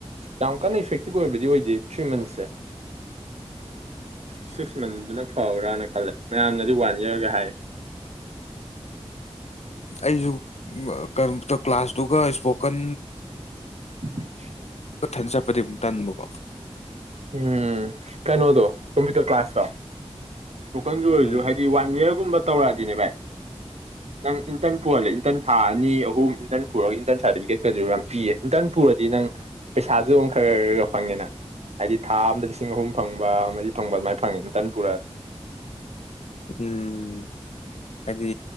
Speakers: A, on the right (about 70°); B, on the left (about 75°).
A: ꯌꯥꯝ ꯀꯟꯅ ꯏꯐꯦꯛꯇꯤꯞ ꯑꯣꯏꯕꯗꯤ ꯑꯣꯏꯗꯦ ꯊ꯭ꯔꯤ ꯃꯟꯁꯁꯦ ꯁꯤꯛꯁ ꯃꯟꯗꯨꯅ ꯐꯕ꯭ꯔꯥꯅ ꯈꯜꯂꯦ ꯃꯌꯥꯝꯅꯗꯤ ꯋꯥꯟ ꯏꯔꯒ ꯍꯥꯏ
B: ꯑꯩꯁꯨ ꯀꯝꯄ꯭ꯌꯨꯇꯔ ꯀ꯭ꯂꯥꯁꯇꯨꯒ ꯏꯁꯄꯣꯀꯟ
A: <unintelligible>
B: ꯊꯟ ꯆꯠꯄꯗꯤ ꯑꯃꯨꯛ ꯇꯟꯕꯀꯣ
A: ꯎꯝ ꯀꯩꯅꯣꯗꯣ ꯀꯝꯄ꯭ꯌꯨꯇꯔ ꯀ꯭ꯂꯥꯁꯇꯣ ꯇꯣꯀꯟꯗ ꯑꯣꯏꯔꯁꯨ
B: ꯎꯝ
A: ꯍꯥꯏꯗꯤ ꯋꯥꯟ ꯌꯤꯌꯥꯔꯒꯨꯝꯕ ꯇꯧꯔꯛꯑꯗꯤ ꯑꯗꯨꯅꯦ ꯚꯥꯏ ꯅꯪ ꯏꯟꯇꯔꯟ ꯄꯨꯍꯜꯂꯦ ꯏꯟꯇꯔꯟ ꯊꯥ ꯑꯅꯤ ꯑꯍꯨꯝ ꯏꯟꯇꯔꯟ ꯄꯨꯔꯒ ꯏꯟꯇꯔꯟ ꯁꯥꯔꯇꯤꯐꯤꯀꯦꯠꯀꯁꯨ ꯌꯥꯝ ꯄꯤꯌꯦ ꯏꯟꯇꯔꯟ ꯄꯨꯔꯗꯤ ꯅꯪ ꯄꯩꯁꯥꯁꯨ ꯑꯃꯨꯛ ꯈꯔ ꯈꯔ ꯈꯒ ꯐꯪꯉꯤꯅ ꯍꯥꯏꯗꯤ ꯊꯥ ꯑꯝꯗ ꯂꯤꯁꯤꯡ ꯑꯍꯨꯝ ꯐꯪꯕ ꯃꯔꯤ ꯐꯪꯕ ꯑꯗꯨꯃꯥꯏꯅ ꯐꯪꯉꯤ ꯏꯟꯇꯟ ꯄꯨꯔꯛꯑꯗꯤ
B: ꯎꯝ ꯍꯥꯏꯗꯤ